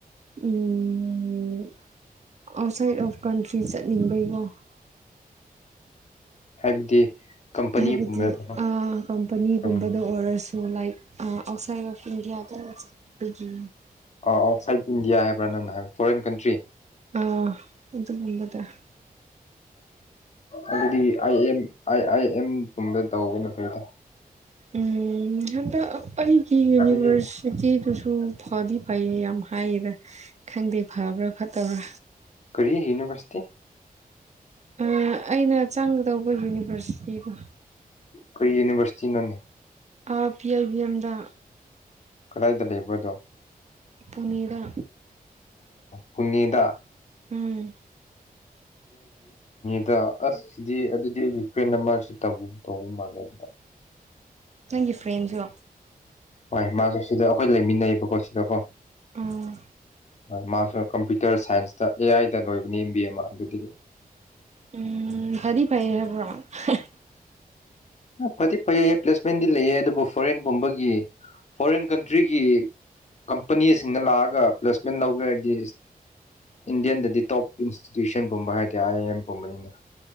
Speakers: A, on the right (about 45°); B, on the left (about 50°).
A: um outside of country ꯆꯠꯅꯤꯡꯕꯒꯤ ꯀꯣ
B: ꯍꯥꯏꯕꯗꯤ ꯀꯝꯄꯅꯤꯒꯨꯝꯕ
A: ꯍꯥꯏꯕꯗꯤ
B: ꯊꯕꯛ
A: ꯑꯥ ꯀꯝꯄꯅꯤꯒꯨꯝꯕꯗ
B: ꯇꯧꯅꯤꯡ
A: ꯑꯣꯏꯔꯁꯨ ꯂꯥꯏꯛ ꯑꯥ ꯑꯥꯎꯠꯁꯥꯏꯠ ꯑꯣꯐ ꯏꯟꯗꯤꯌꯥꯗ ꯆꯠꯄꯒꯤ
B: ꯑꯧ ꯑꯥꯎꯠꯁꯥꯏꯠ ꯏꯟꯗꯤꯌꯥ ꯍꯥꯏꯕ꯭ꯔꯥ ꯅꯪꯅ ꯐꯣꯔꯦꯟ ꯀꯟꯇ꯭ꯔꯤ
A: ꯑꯥ ꯑꯗꯨꯒꯨꯝꯕꯗ
B: ꯑꯗꯨꯗꯤ ꯑꯥꯏ ꯑꯦꯝ ꯑꯥꯏ ꯑꯥꯏ ꯑꯦꯝꯒꯨꯝꯕ ꯇꯧꯕꯅ ꯐꯩꯗ
A: ꯎꯝ ꯍꯟꯗꯛ ꯑꯩꯒꯤ ꯌꯨꯅꯤꯚꯔꯁꯤꯇꯤꯗꯨꯁꯨ
B: ꯍꯥꯏꯕꯗꯤ
A: ꯐꯗꯤ ꯐꯩꯌꯦ ꯌꯥꯝ ꯍꯥꯏꯌꯦꯗ ꯈꯪꯗꯦ ꯐꯕ꯭ꯔꯥ ꯐꯠꯇꯕ꯭ꯔꯥ
B: ꯀꯔꯤ ꯌꯨꯅꯤꯕ꯭ꯔꯥꯁ
A: ꯑꯥ ꯑꯩꯅ ꯆꯪꯒꯗꯧꯕ ꯌꯨꯅꯤꯚꯔꯁꯤꯇꯤꯗꯣ
B: ꯀꯩ ꯌꯨꯔꯅꯤꯕꯔꯁꯤꯇꯤꯅꯣꯅꯦ
A: ꯑꯥ ꯄꯤ ꯑꯦꯜ ꯕꯤ ꯑꯦꯝꯗ
B: ꯀꯔꯥꯏꯗ ꯂꯩꯕ꯭ꯔ ꯗꯣ
A: ꯄꯨꯅꯦꯗ
B: ꯄꯨꯅꯤꯗ
A: ꯎꯝ
B: ꯑꯗꯣ ꯑꯁ ꯁꯤꯗꯤ ꯑꯗꯨꯗꯤ ꯑꯩ ꯐ꯭ꯔꯦꯟ ꯃꯥꯁꯨ ꯇꯧ ꯇꯧꯕ ꯃꯥꯜꯂꯦ ꯑꯗꯨꯗ
A: ꯅꯪꯒꯤ ꯐ꯭ꯔꯦꯟꯖꯨ
B: ꯍꯣꯏ ꯃꯥꯁꯨ ꯁꯤꯗ ꯑꯩꯈꯣꯏ ꯂꯩꯃꯤꯟꯅꯩꯌꯦꯕꯀꯣ ꯁꯤꯗꯀꯣ
A: ꯎꯝ
B: ꯍꯣꯏ ꯃꯥꯁꯨ ꯀꯝꯄ꯭ꯌꯨꯇꯔ ꯁꯥꯏꯟꯁꯇ ꯑꯦ ꯑꯥꯏꯗ ꯂꯣꯏꯕꯅꯤ ꯑꯦꯝ ꯕꯤ ꯑꯃ ꯑꯗꯨꯗꯤ
A: ꯎꯝ ꯐꯗꯤ ꯐꯩꯌꯦ ꯍꯥꯏꯕ꯭ꯔꯥ ꯍꯦ
B: ꯐꯗꯤ ꯐꯩꯌꯦ ꯄ꯭ꯂꯦꯁꯃꯦꯟꯗꯤ ꯂꯩꯌꯦ ꯑꯗꯨꯕꯨ ꯐꯣꯔꯦꯟ ꯄꯨꯝꯕꯒꯤ ꯐꯣꯔꯦꯟ ꯀꯟꯇ꯭ꯔꯤꯒꯤ ꯀꯝꯄꯅꯤꯁꯤꯡꯅ ꯂꯥꯛꯑꯒ ꯄ꯭ꯂꯦꯁꯃꯦꯟ ꯂꯧꯒꯦ ꯍꯥꯏꯗꯤ ꯏꯟꯗꯤꯌꯥꯟꯗꯗꯤ ꯇꯣꯞ ꯏꯟꯁꯇꯤꯇ꯭ꯌꯨꯁꯟ ꯄꯨꯝꯕ ꯍꯥꯏꯔꯗꯤ ꯑꯥꯏ ꯑꯥꯏ ꯑꯦꯝ ꯄꯨꯝꯕꯅꯤꯅꯦ